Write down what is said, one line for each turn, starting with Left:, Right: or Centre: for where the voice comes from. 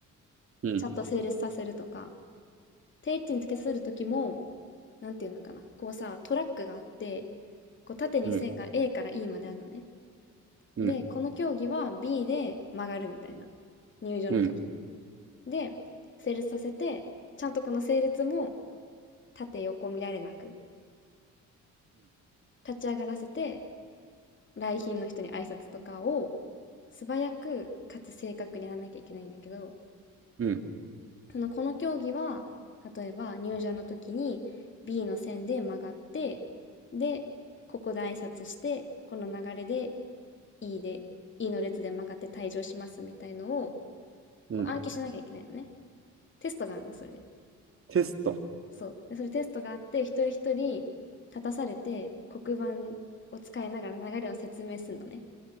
Right: うん、
Left: ちゃんと整列させるとか定位置につけさせる時もなんていうのかなこうさトラックがあってこう縦に線が
Right: うん、
Left: A から E まであるのね
Right: うん、
Left: でこの競技は B で曲がるみたいな入場の時
Right: うん、
Left: で、整列させて、ちゃんとこの整列も縦横見られなく、立ち上がらせて、来賓の人に挨拶とかを素早くかつ正確にやらなきゃいけないんだけど、
Right: うん、
Left: そのこの競技は、例えば入場の時に B の線で曲がって、で、ここで挨拶して、この流れで E で、E の列で曲がって退場しますみたいのを、
Right: うん。
Left: こう暗記しなきゃいけないのね。テストがあるの、それ。
Right: テスト。
Left: そう。で、それテストがあって、一人一人立たされて、黒板を使いながら流れを説明するのね。